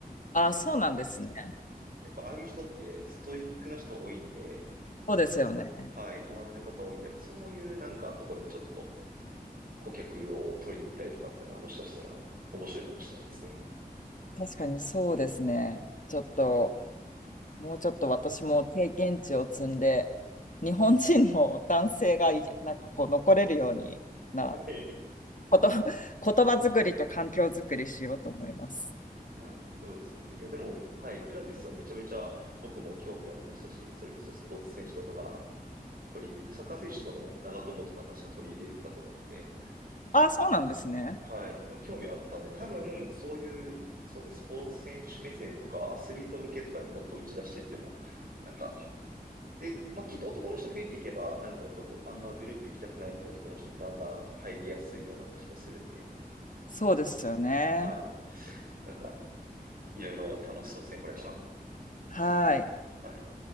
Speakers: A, on the left; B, on the right.
A: ああ、そうなんですね。
B: そやっぱああいう人ってストイックな人多いんで、
A: そうですよね。
B: 結構はま、はい、ハマられる方多いんで、やっぱそういうなんかとこにちょっと顧客を取りに行ったりとかってのはもしかしたら面白いかもしれないですね。
A: 確かにそうですね。ちょっともうちょっと私も経験値を積んで、日本人の男性がいなんかこう残れるようにな
B: <laughs>
A: こと、<laughs> 言葉作りと環境作りしようと思います。
B: はい、そうですね。いや、でも、はい、ピラティスはめちゃめちゃ僕も興味ありましたし、それこそスポーツ選手とかが取り入れて、サッカー選手とかでも長友とか確か取り入れてたと思うんで、
A: ああ、そうなんですね。
B: はい、でも興味はあったんで、多分、そういう、そうですね、スポーツ選手目線とか、アスリート向けとかにもっと打ち出していっても、なんか、で、まあ、きっと男の人増えていけば、なんか男、あんまグループ行きたくないっていう男の人もだんだん入りやすいような気もするんで、
A: そうですよね。
B: はい、なんか、いろいろ楽しそうですね、これから。
A: はい。
B: はい。